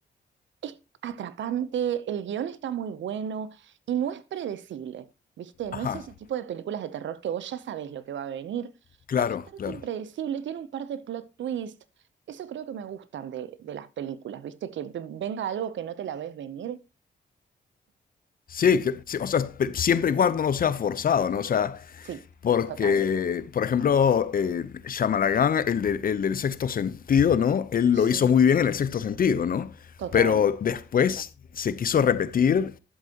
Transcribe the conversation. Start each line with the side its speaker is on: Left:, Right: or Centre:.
Right: es atrapante, el guión está muy bueno y no es predecible, ¿viste? No
Left: Ajá.
Right: es ese tipo de películas de terror que vos ya sabés lo que va a venir.
Left: Claro,
Right: Es bastante
Left: claro.
Right: impredecible, tiene un par de plot twists. Eso creo que me gustan de, de las películas, ¿viste? Que v- venga algo que no te la ves venir.
Left: Sí, que- sí, o sea, pe- siempre y cuando no sea forzado, ¿no? O sea,
Right: Sí,
Left: porque,
Right: total.
Left: por ejemplo, eh, Shyamalan, el, de- el del sexto sentido, ¿no? Él
Right: Sí,
Left: lo hizo muy bien en el sexto sentido, ¿no?
Right: total.
Left: Pero después se quiso repetir